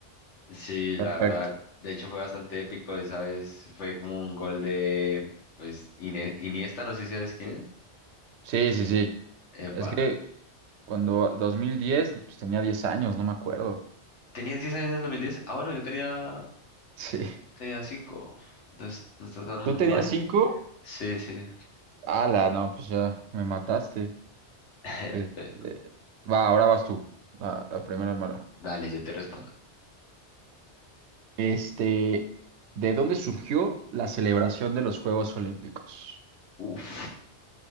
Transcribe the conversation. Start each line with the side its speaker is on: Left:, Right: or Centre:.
Left: Sí, la
Right: Perfecto.
Left: verdad. De hecho, fue bastante épico esa vez. Fue como un gol de, pues, Ine- Iniesta, no sé si sabes quién es.
Right: Sí, sí, sí.
Left: Epa.
Right: Es que Cuando 2010, pues tenía 10 años, no me acuerdo. <laughs>
Left: ¿Tenías diez años en el dos mil diez Ah, bueno, yo tenía,
Right: Sí.
Left: tenía cinco No, es- no está tan
Right: ¿Tú tenías
Left: mal.
Right: 5?
Left: Sí, sí.
Right: Ala, no, pues ya me mataste.
Left: <laughs>
Right: Este, va, ahora vas tú. La, la primera mala.
Left: Dale, yo te respondo.
Right: Este, ¿de dónde surgió la celebración de los Juegos Olímpicos?
Left: Uf,